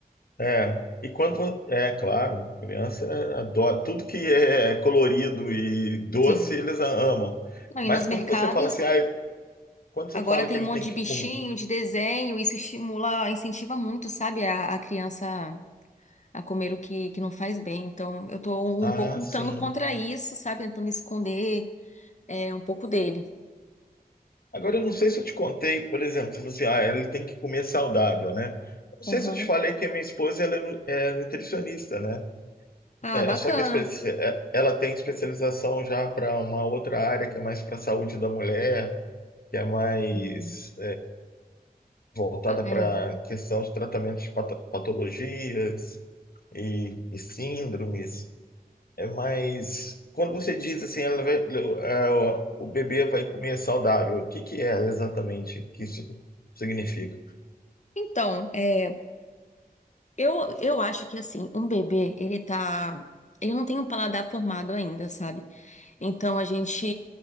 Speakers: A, on the left; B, on the left.
A: É, e quando, é claro, criança eh, adora, tudo que é é colorido e doce
B: Sim.
A: eles a- amam.
B: Não,
A: Mas
B: e nos
A: quando
B: mercados,
A: você fala assim, ah, quando
B: agora
A: você fala
B: tem
A: que ele
B: um monte
A: tem
B: de
A: que
B: bichinho,
A: comer,
B: de desenho, isso estimula, incentiva muito, sabe, a, a criança a comer o que, que não faz bem. Então, eu tô
A: ah,
B: um pouco lutando
A: sim.
B: contra isso, sabe, tentando esconder é, um pouco dele.
A: Agora eu não sei se eu te contei, por exemplo, você falou assim, ah, ele tem que comer saudável, né? Eu não
B: Aham.
A: sei se eu te falei que a minha esposa ela é nu- é nutricionista, né?
B: Ah,
A: É,
B: bacana.
A: só que a especi- é, ela tem especialização já para uma outra área que é mais para a saúde da mulher, que é mais
B: Hum.
A: voltada
B: Ah,
A: para
B: é.
A: a questão de tratamentos de pato- patologias e, e síndromes. É mais. Quando você diz assim, ela vai- é, o o bebê vai comer saudável, o que que é exatamente que isso significa?
B: Então, é, eu, eu acho que, assim, um bebê, ele tá... Ele não tem um paladar formado ainda, sabe? Então a gente